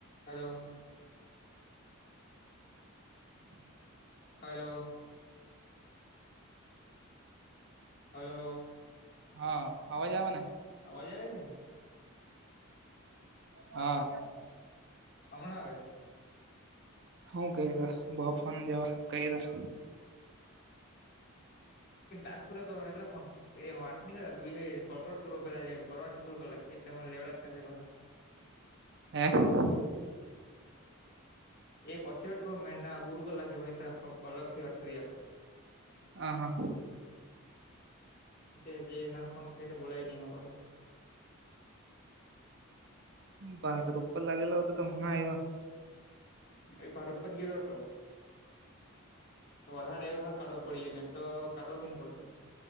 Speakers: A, on the left; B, on the right.
A: Hello.
B: <inaudible>
A: Hello. Hello.
B: હા, આવાજ આવે ને?
A: અવાજ આવે છે ને?
B: હા.
A: હમણાં આવે?
B: હું કયારા બો ફોન જવા કયરા હ
A: તસ પૂરા કરવા એટલે ફોન એ વાત નહી કરે. કોર્પોરેટ કર રોપેલા <inaudible> કર કરવા <inaudible> પૂર લ કેીને લે લાગતાશેબ પહા
B: હ્યાં
A: એ પછી વાત કરું મે ના પૂરું કર લાગે અલગ થી વાત કરી આપું.
B: હ હા
A: તે જે એનાર ફોન ક બોલાવીહી પાહુ
B: બાત ર ઉપર લાગેલો હો હતો તો હમણા આયવા
A: એ ભાત રોપાચ ગેલો અતો વરહાદ આવ્યો તો હા ર કાદેવ પૈડો ની તો કાદવ બીની પડતે